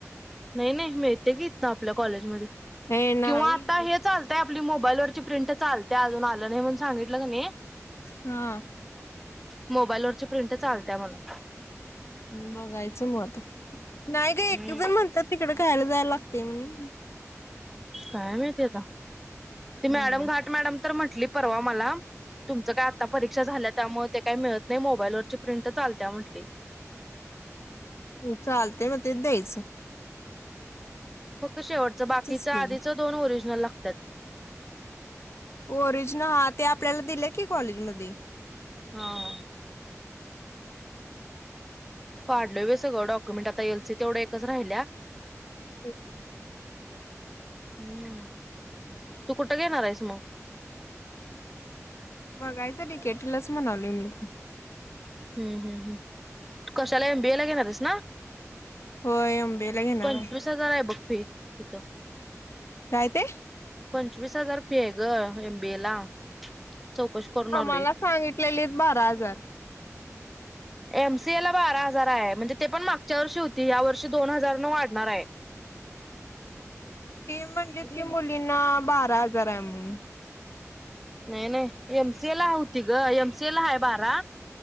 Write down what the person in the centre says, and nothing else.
नई नई मिळतय की इथ आपल्या कॉलेजमध्ये.
किंवा आता हे चालतय आपली मोबाईलवरची प्रिंट चालतय अजून आल नाही म्हणून सांगितल कणी
मोबाईलवरची प्रिंट चालत्या म्हण.
हम्म
काय माहिती आता. ती
मॅडम घाट मॅडम तर म्हण कुठली परवा मला तुमचं काय आता परीक्षा झाल्या त्यामुळ ते काय मिळत नाही मोबाईलवरची प्रिंट चालत्या म्हंटली
फक्त शेवट बाकीच
आधीच दोन ओरिजनल लागत्यात.
हा. काढलोय बई सगळं डॉक्युमेंट आता एल सी तेवढ् एकच राहिल्या.
हम्म तू कुठं घेणार आहेस म?
हम्म हम्म हम्म कशाला एम बीए ला घेणारयस ना?
पंचवीस
हजार हाय बघ फी. तित.
पंचवीस हजार फी आहे ग एम बीए ला. चौकशी करून आलोय.
एम सी ए ला बारा हजार हाय. म्हणजे ते पण मागच्या वर्षी होती, या वर्षी दोन हजार न वाढणार आहे.
नई नई एम तेला होती ग एम सी ए ला हाय बारा,